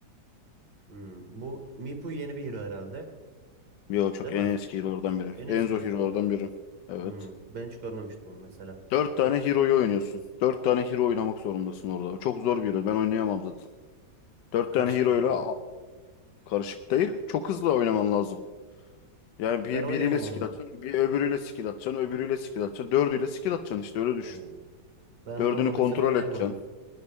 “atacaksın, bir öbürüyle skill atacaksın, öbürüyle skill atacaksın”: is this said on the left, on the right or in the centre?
Left